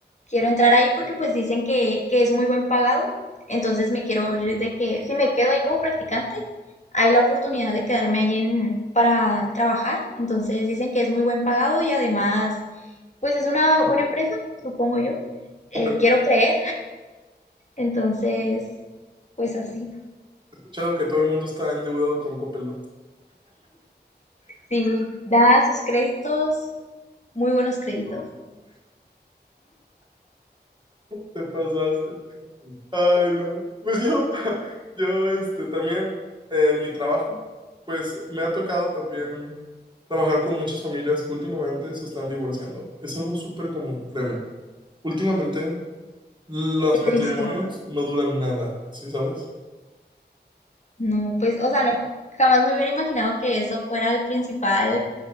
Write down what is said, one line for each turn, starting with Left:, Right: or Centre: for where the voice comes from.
Left: quiero entrar ahí porque pues dicen que, que es muy buen pagado, entonces me quiero ir de que si me quedo ahí como practicante, hay la oportunidad de quedarme ahí en, para trabajar, entonces dicen que es muy buen pagado y además pues es una buena empresa, supongo yo, eh,
Right: Coppel, he
Left: quiero creer, entonces pues así,
Right: escuchado que todo el mundo está endeudado con Coppel, ¿no?
Left: sí, da sus créditos, muy buenos créditos,
Right: Te pasaste. Ay, no. Pues yo, <laughs> yo, este, también eh, en mi trabajo, pues me ha tocado también trabajar con muchas familias que últimamente se están divorciando. Es algo súper común, créeme. Últimamente Los
Left: qué triste.
Right: matrimonios no duran nada, ¿sí sabes?
Left: No, pues, o sea, no, jamás me hubiera imaginado que eso fuera el principal,